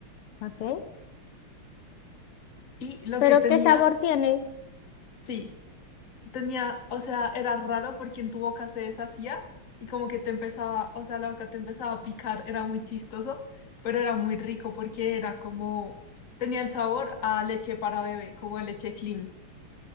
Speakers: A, on the left (about 85°); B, on the left (about 40°).
A: Ok.
B: Y lo
A: ¿Pero
B: que tenía,
A: qué sabor tiene?
B: sí. tenía, o sea, era raro porque en tu boca se deshacía y como que te empezaba, o sea, la boca te empezaba a picar, era muy chistoso, pero era muy rico porque era como, tenía el sabor a leche para bebé, como a leche clean.